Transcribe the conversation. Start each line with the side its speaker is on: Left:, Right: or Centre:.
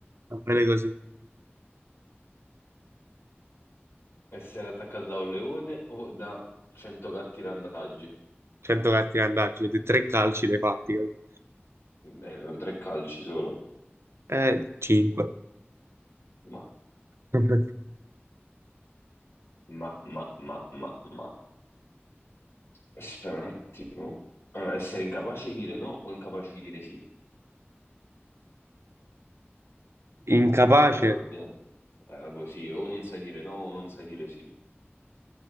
Right: va bene così.
Left: Essere attaccato da un leone o da 100 gatti randagi?
Right: 100 gatti andati, avete tre calci dei fatti, capito?
Left: Eh, con tre calci solo.
Right: Eh, 5.
Left: Ma,
Right: <laughs>
Left: ma, ma, ma, ma, ma. Aspetta un attimo. Allora, essere incapace di dire no o incapace di dire sì?
Right: Incapace?
Left: Ah, boh, no. Ah, boh, sì, o non sai dire no o non sai dire sì.